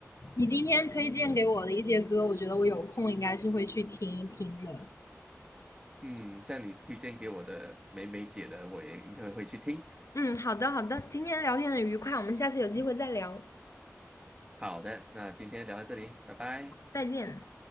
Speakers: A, on the left; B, on the right.
A: 你今天推荐给我的一些歌，我觉得我有空应该是会去听一听的。
B: 嗯，像你推荐给我的美美姐的，我也应该会去听。
A: 嗯，好的，好的。今天聊天很愉快，我们下次有机会再聊，
B: 好的，那今天聊到这里，拜拜。
A: 再见。